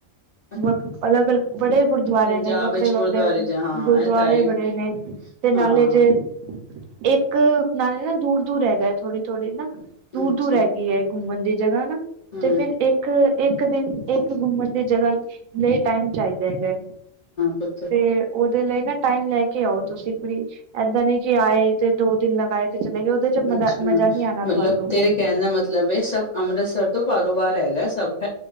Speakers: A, on the left; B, on the right.
A: ਹੂੰ! <unintelligible>
B: ਵਖ ਅਲੱਗ ਅਲੱਗ ਬੜੇ ਗੁਰਦੁਆਰੇ
A: ਪੰਜਾਬ
B: ਨੇ ਵੱਖਰੇ
A: ਵਿੱਚ ਗੁਰਦੁਆਰੇ
B: ਵੱਖਰੇ
A: ਜਾ ਹਾਂ
B: ਗੁਰਦੁਆਰੇ
A: ਇਹ ਤਾਂ ਹੈ ਹੀ।
B: ਬੜੇ ਨੇ। ਤੇ ਨਾਲੇ
A: ਹਾਂ
B: ਜੇ ਏਕ ਨਾਲੇ ਨਾ ਦੂਰ ਦੂਰ ਹੈਗਾ ਥੋੜੀ ਥੋੜ੍ਹੀ ਨਾ ਦੂਰ
A: ਅੱਛਾ
B: ਦੂਰ ਐਗੀ ਐ। ਘੁੰਮਨ ਦੀ ਜਗ੍ਹਾ ਨਾ,
A: ਹਾਂ-ਹਾਂ
B: ਤੇ ਫਿਰ ਏਕ ਏਕ ਦਿਨ ਇੱਕ ਘੁੰਮਣ ਦੀ ਜਗ੍ਹਾ ਲਈ ਟਾਈਮ ਚਾਈਦਾ ਹੈਗੈ।
A: ਪੁੱਤ
B: ਤੇ ਓਦੇ ਲਈ ਨਾ ਟਾਈਮ ਲੈਕੇ ਆਓ ਤੁਸੀਂ ਫ੍ਰਰੀ, ਐਦਾਂ ਨਈਂ ਕਿ ਆਏ ਤੇ ਦੋ ਦਿਨ ਲਗਾਏ ਤੇ ਚਲੇ ਗਏ ਉਹਦੇ। ਚ
A: ਅੱਛਾ
B: ਮਜ਼ਾ ਮਜ਼ਾ ਨਹੀਂ ਆਉਣਾ
A: ਮਤਲਬ
B: ਤੁਹਾਨੂੰ
A: ਤੇਰੇ
B: ਫਿਰ
A: ਕਹਿਣ ਦਾ ਮਤਲਬ ਹੈ ਸਭ ਅੰਮ੍ਰਿਤਸਰ ਤੋਂ ਬਾਰੋਬਾਰ ਹੈਗਾ ਸਭ